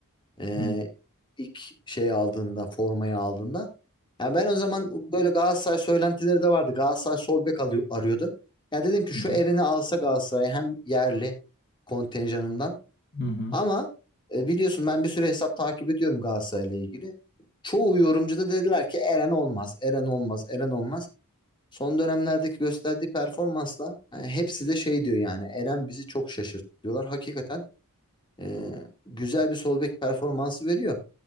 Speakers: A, on the left; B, on the left.
A: Ee,
B: Hı hı.
A: ilk şey aldığında, formayı aldığında. Yani ben o zaman böyle Galatasaray söylentileri de vardı. Galatasaray sol bek alıyor, arıyordu. Ya dedim ki şu
B: Hı hı.
A: Eren'i alsa Galatasaray hem yerli kontenjanından
B: Hı hı.
A: ama e, biliyorsun ben bir süre hesap takip ediyorum Galatasaray'la ilgili. Çoğu yorumcu da dediler ki Eren olmaz, Eren olmaz, Eren olmaz. Son dönemlerdeki gösterdiği performansla yani hepsi de şey diyor yani Eren bizi çok şaşırttı diyorlar. Hakikaten e, güzel bir sol bek performansı veriyor.